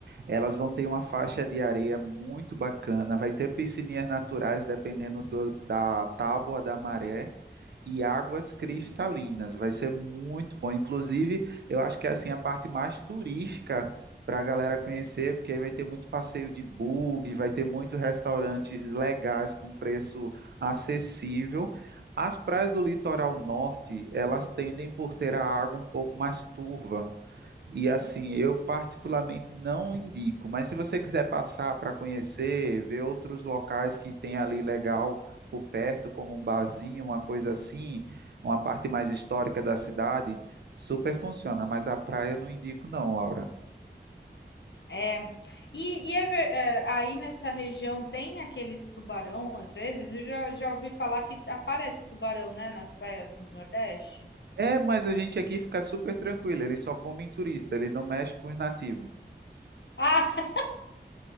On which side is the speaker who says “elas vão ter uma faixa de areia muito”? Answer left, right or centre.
Right